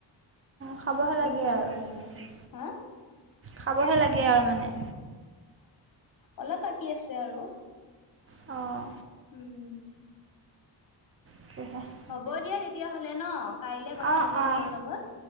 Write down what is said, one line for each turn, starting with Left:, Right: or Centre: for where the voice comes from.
Right: খাবহে
Left: হৈ
Right: লাগে
Left: গ'ল
Right: আৰু
Left: মানে হা
Right: খাবহে লাগে আৰু মানে।
Left: অলপ বাকী আছে আৰু
Right: অ'
Left: উম
Right: <unintelligible>
Left: হ'ব দিয়া, তেতিয়াহ'লে ন'। কাইলে কথা
Right: অঁ
Left: পাতিম
Right: অঁ
Left: তোমাৰ লগত।